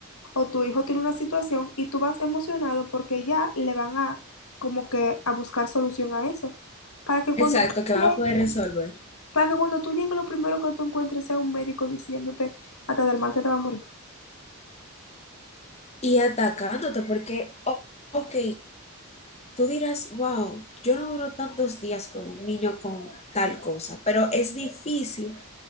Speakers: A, on the left; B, on the left.
A: o tu hijo tiene una situación y tú vas emocionado porque ya le van a como que a buscar solución a eso. Para que
B: Exacto,
A: cuando
B: que
A: tú
B: van a poder resolver.
A: para que cuando tú llegues, lo primero que tú encuentres sea un médico diciéndote hasta del mal que te va a morir.
B: Y atacándote, porque, o- ok, Tú dirás, wow, yo no duro tantos días con un niño con tal cosa, pero es difícil